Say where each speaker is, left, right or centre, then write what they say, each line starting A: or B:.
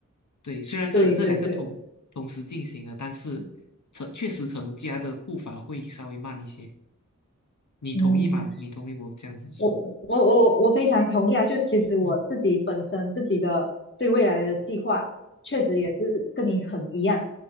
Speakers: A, on the left (about 70°); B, on the left (about 40°).
A: 对，虽然这这两个同同时进行了，
B: 对对对，
A: 但是成确实成家的步伐会稍微慢一些。你同意吗？
B: 嗯，
A: 你同意我这样子说？
B: 我我我我非常同意啊！就其实我自己本身自己的对未来的计划，
A: 嗯
B: 确实也是跟你很一样，